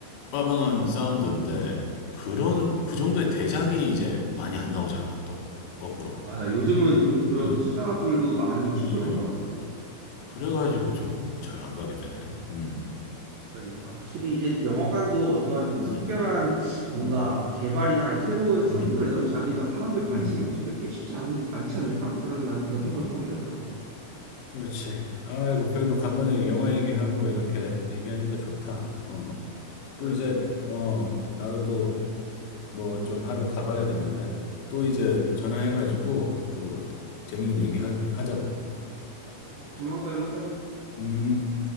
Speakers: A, on the left; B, on the right.
A: 빠방한 사운드인데, 그런, 그 정도의 대작이 이제 많이 안 나오잖아, 또. 거꾸로.
B: 맞아. 요즘은 좀 그런
A: 응,
B: 투자들도 많이 축소된
A: 응, 응.
B: 것 같더라고.
A: 그래가지고 좀 잘 안 가게 되네. 음.
B: 그러니까 확실히 이제 영화관도 어떠한
A: 음,
B: 특별한
A: 음,
B: 뭔가
A: 음,
B: 개발이나 아니면 새로운 상품을
A: 음,
B: 내놓지 않는 이상 사람들 관심을
A: 음,
B: 다시 끌기가 쉽지 않, 않지 않을까? 그런 난
A: 음,
B: 그런 생각을
A: 음.
B: 좀 하게 되더라고.
A: 그렇지. 아이고, 그래도 간만에 영화 얘기하고 이렇게 얘기하니까 좋다. 어.
B: 그러게
A: 또 이제,
B: 말이야.
A: 어, 나도 또 뭐 좀 하러 가봐야 되는데, 또 이제 전화해가지고 또 재밌는 얘기
B: 음.
A: 하, 하자고.
B: 그래서 조만간 또 연락하자.
A: 음.